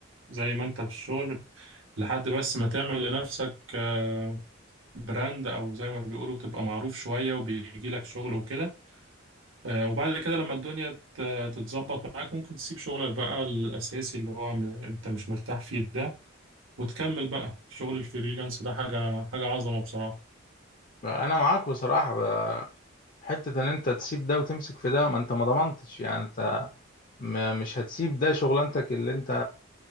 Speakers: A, on the right; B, on the left.
A: زي ما انت في الشغل لحد بس ما تعمل لنفسك آه، براند او زي ما بيقولوا تبقى معروف شوية وبيجي لك شغل وكده آه، وبعد كده لما الدنيا ت- تتظبط معاك ممكن تسيب شغلك بقى الأساسي اللي هو م- أنت مش مرتاح فيه ده وتكمل بقى في شغل الفريلانس ده حاجة حاجة عظمة بصراحة
B: انا معاك بصراحه حتة ان انت تسيب ده وتمسك في ده ما انت ما ضمنتش يعني انت م- مش هتسيب ده شغلانتك اللي انت